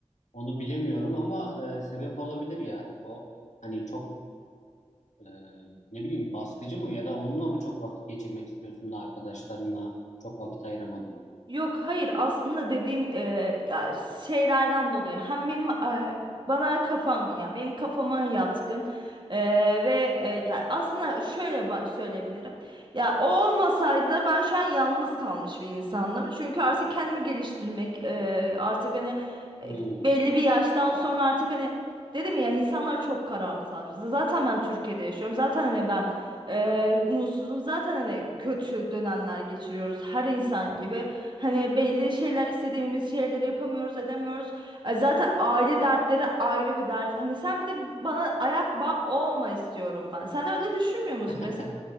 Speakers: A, on the left; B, on the right.
A: onu bilemiyorum ama e, sebep olabilir ya. O hani çok e, ne bileyim baskıcı mı ya da onunla mı çok vakit geçirmek istiyorsun da arkadaşlarına çok vakit ayıramadın?
B: Yok hayır aslında dediğim e, ya şeylerden dolayı hem benim e, bana kafam ya benim kafama yatkın E, ve e, ya aslında şöyle ba- söyleyebilirim ya o olmasaydı da ben şu an yalnız kalmış bir insandım çünkü artık kendimi geliştirmek e, artık hani e,
A: Hmm.
B: belli bir yaştan sonra artık hani Dedim ya insanlar çok karamsar. Z- Zaten ben Türkiye'de yaşıyorum. Zaten hani ben eee umutsuzum. Zaten hani kötü dönemler geçiriyoruz. Her insan gibi. Hani belli şeyler istediğimiz şeyleri yapamıyoruz, edemiyoruz. E, Zaten aile dertleri ayrı bir dert. Hani sen bir de bana ayak bağı olma istiyorum ben. Sen de öyle düşünmüyor musun?
A: <laughs>
B: Mesela